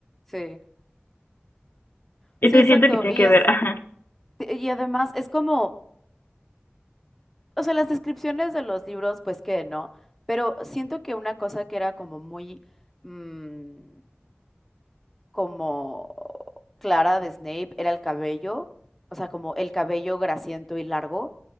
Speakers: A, in the centre; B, on the left.
A: Sí.
B: Entonces
A: Sí, exacto.
B: siento que tiene
A: Y
B: que
A: es,
B: ver, ajá.
A: y además es como, o sea, las descripciones de los libros, pues que no. Pero siento que una cosa que era como muy mm, como Clara de Snape era el cabello, o sea, como el cabello grasiento y largo.